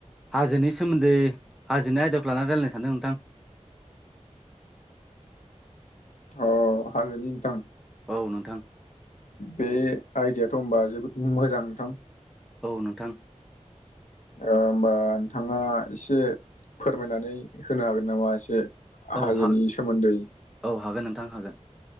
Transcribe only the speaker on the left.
अ हाजोनि नोंथां।
बे आइदिियाथ' होनबा जोबोद मोजां नोंथां
होमबा नोंथाङा एसे फोरमायनानै होनो हागोन नामा एसे
हाजोनि
सोमोन्दै